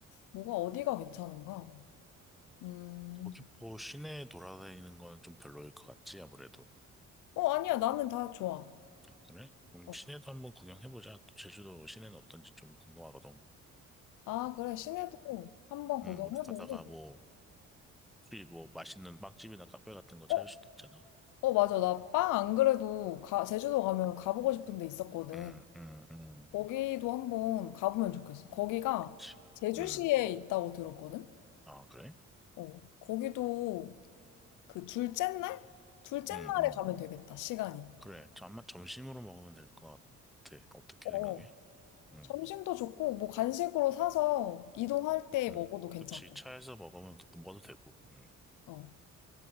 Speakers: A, on the left (about 85°); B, in the centre.
A: 뭐가 어디가 괜찮은가? 음,
B: 서귀포 시내 돌아다니는 건 좀 별로일 것 같지, 아무래도.
A: 어, 아니야. 나는 다 좋아.
B: 아, 그래? 그럼
A: 어.
B: 시내도 한번 구경해보자. 또 제주도 시내는 어떤지 좀 궁금하거든.
A: 아, 그래. 시내도 한번 구경해보고.
B: 음, 우리 가다가 뭐, 혹시 뭐 맛있는 빵집이나 카페 같은 거
A: 어,
B: 찾을 수도 있잖아.
A: 어, 맞아. 나 빵 안 그래도 가, 제주도 가면 가보고 싶은 데 있었거든.
B: 응 응 응
A: 거기도 한번 가보면 좋겠어. 거기가
B: 그치.
A: 제주시에
B: 응,
A: 있다고 들었거든?
B: 아, 그래?
A: 어, 거기도 그 둘째 날? 둘째
B: 응
A: 날에
B: 응
A: 가면 되겠다. 시간이.
B: 그래. 저 아마 점심으로 먹으면 될 것 같아. 어떻게
A: 어.
B: 생각해?
A: 어.
B: 응
A: 점심도 좋고, 뭐 간식으로 사서 이동할 때
B: 응
A: 먹어도 괜찮고.
B: 그치. 차에서 먹으면 또 먹어도 되고. 응
A: 어.